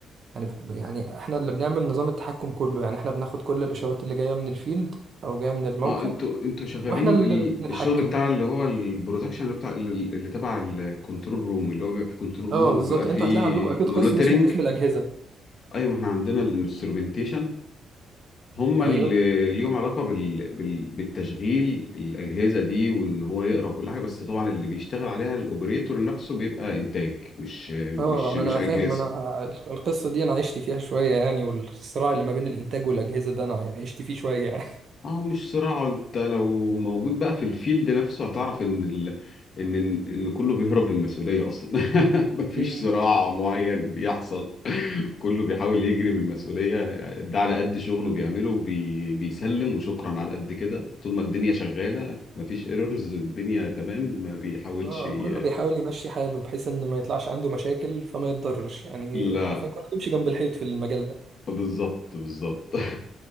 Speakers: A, on the right (about 55°); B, on the left (about 50°).
A: يعني يعني احنا اللي بنعمل نظام التحكم كله يعني احنا بناخد كل الاشارات اللي جايه من الفيلد او جايه من الموقع
B: اه انتوا انتوا شغالين
A: واحنا اللي
B: ال-
A: بنتحكم
B: الشغل بتاع اللي هو البرودكشن اللي بتاع اللي اللي تبع الكنترول روم اللي هو بيبقى في كنترول
A: اه
B: روم وبيبقى
A: بالظبط
B: فيه
A: انتوا هتلاقي عندكم اكيد
B: مونيتورنج
A: قسم اسمه قسم الاجهزه
B: ايوه ما احنا عندنا الانسترومنتيشن هم اللي
A: ايوه
B: ليهم علاقه بال... بال... بالتشغيل الاجهزه دي وان هو يقرا وكل حاجه بس طبعا اللي بيشتغل عليها الاوبريتور نفسه بيبقى انتاج مش
A: اه
B: مش
A: ما
B: مش
A: انا
B: اجهزه
A: فاهم انا القصه دي انا عشت فيها شويه يعني والصراع اللي ما بين الانتاج والاجهزه ده انا عشت فيه شويه يعني
B: اه مش صراع انت لو موجود بقى في الفيلد نفسه هتعرف ان ال... ان ان كله بيهرب من المسؤوليه اصلا <laughs> مفيش
A: <laughs> مم.
B: صراع معين بيحصل كله بيحاول يجري من المسؤوليه ده على قد شغله بيعمله وبي... بيسلم وشكرا على قد كده طول ما الدنيا شغاله مفيش ايرورز الدنيا تمام ما بيحاولش
A: اه
B: ي...
A: كله بيحاول يمشي حاله بحيث ان ما يطلعش عنده مشاكل فما يتضرش يعني
B: لا
A: حرفيا كله بيمشي جنب الحيط في المجال ده
B: بالظبط بالظبط